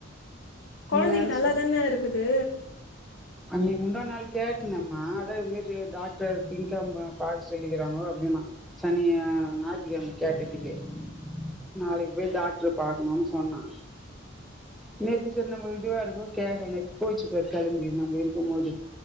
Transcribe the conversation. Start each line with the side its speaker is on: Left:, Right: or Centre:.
Left: கொழந்தைக்கு
Centre: என்னான்னு
Left: நல்லாதானே இருக்குது
Centre: அன்னைக்கி முந்தா நாள் கேட்டனம்மா அத <unintelligible> டாக்டர் திங்கம பா சொல்லிக்கிறாங்கோ அப்டின்ன சனிய நாய்ட்டிகழமை கேட்டதுக்கு நாளைக்கி போய் டாக்டர் பாக்கணும்னு சொன்னா நே சேரி நம்ம இதுவா இருக்கு கேக்கல நேத்து போச்சு பாரு கெளம்பி நாங்க இருக்கு போது